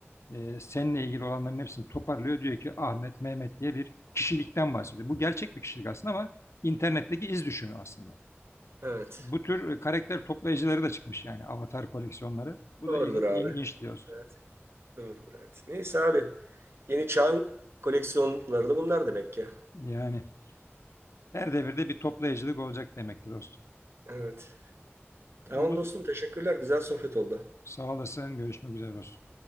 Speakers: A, on the left; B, on the right.
A: Ee, seninle ilgili olanların hepsini toparlıyor. Diyor ki Ahmet, Mehmet diye bir kişilikten bahsediyor. Bu gerçek bir kişilik aslında ama internetteki iz düşümü aslında.
B: Evet.
A: Bu tür e, karakter toplayıcıları da çıkmış yani avatar koleksiyonları. Bu
B: Doğrudur
A: da il-
B: abi.
A: ilginç diyorsun.
B: Evet, doğrudur evet. Neyse abi. Yeni çağın koleksiyonları da bunlar demek ki.
A: Yani Her devirde bir toplayıcılık olacak demek ki dostum.
B: Evet. Tamam
A: Oldu.
B: dostum teşekkürler. Güzel sohbet oldu.
A: Sağ olasın. Görüşmek üzere dostum.